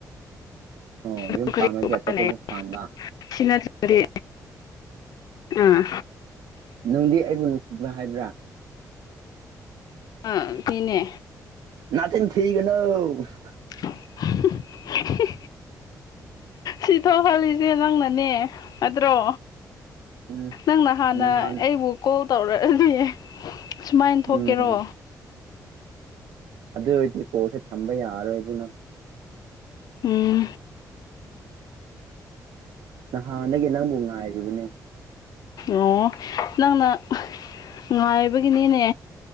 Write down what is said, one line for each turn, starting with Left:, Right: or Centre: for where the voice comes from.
Right: ꯑꯣ
Left: ꯑꯗꯨ
Right: ꯌꯨꯝ
Left: ꯀꯔꯤ
Right: ꯄꯥꯝꯕꯗꯤ
Left: ꯎꯄꯥꯏ
Right: ꯑꯇꯣꯞꯄꯕꯨ
Left: ꯂꯩ
Right: ꯄꯥꯟꯕ꯫
Left: ꯁꯤ ꯅꯠꯇꯔꯗꯤ ꯑꯥ
Right: ꯅꯨꯡꯗꯤ ꯑꯩꯕꯨ ꯅꯨꯡꯁꯤꯕ ꯍꯥꯏꯕ꯭ꯔꯥ꯫
Left: ꯑꯥ ꯁꯤꯅꯦ
Right: ꯅꯥꯆꯤꯟ ꯊꯤꯒꯅꯣ ꯍ ꯍ
Left: ꯍꯨꯝ ꯍꯨꯝ ꯍꯤ ꯍꯤ ꯁꯤ ꯊꯣꯍꯜꯂꯤꯁꯦ ꯅꯪꯅꯅꯦ ꯑꯗ꯭ꯔꯣ
Right: ꯎꯝ
Left: ꯅꯪꯅ ꯍꯥꯟꯅ
Right: ꯅꯍꯥꯟ
Left: ꯑꯩꯕꯨ ꯀꯣꯜ ꯇꯧꯔꯛꯑꯗꯤ ꯁꯨꯃꯥꯏ ꯊꯣꯛꯀꯦꯔꯣ
Right: ꯎꯝ ꯑꯗꯨ ꯑꯣꯏꯔꯗꯤ ꯀꯣꯜꯁꯦ ꯊꯝꯕ ꯌꯥꯔꯣꯏꯕꯣ ꯅꯪ
Left: ꯎꯝ
Right: ꯅꯍꯥꯟꯅꯗꯒꯤ ꯅꯪꯕꯨ ꯉꯥꯏꯔꯤꯕꯅꯦ꯫
Left: ꯑꯣ ꯅꯪꯅ ꯉꯥꯏꯕꯒꯤꯅꯤꯅꯦ